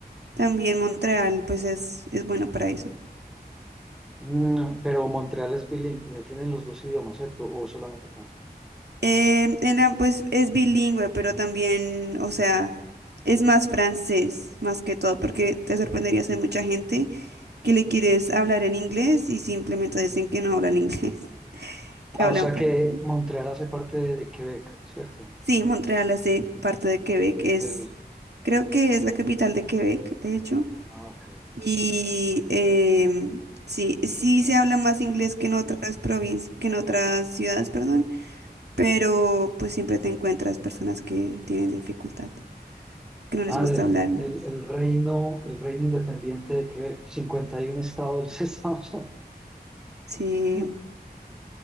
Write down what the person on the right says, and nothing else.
también Montreal pues es, es bueno para eso.
Eh, en la- pues es bilingüe, pero también, o sea, es más francés más que todo, porque te sorprenderías, hay mucha gente que le quieres hablar en inglés y simplemente dicen que no hablan inglés, <laughs> que
hablan
francés.
Sí, Montreal hace parte de Quebec, es,
creo que es la capital de Quebec, de hecho,
y em, sí, sí se habla más inglés que en otras provincias, que en otras ciudades, perdón, pero pues siempre te encuentras personas que tienen dificultad, que no
les gusta
hablar inglés.
Sí,